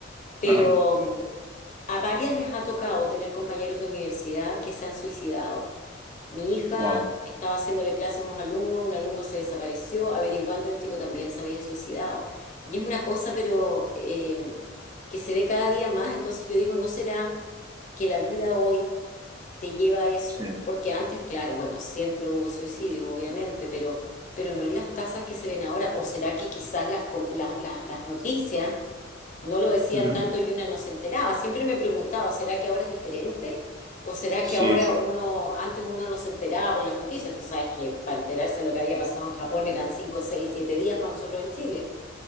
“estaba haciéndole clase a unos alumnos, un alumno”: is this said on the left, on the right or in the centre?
Left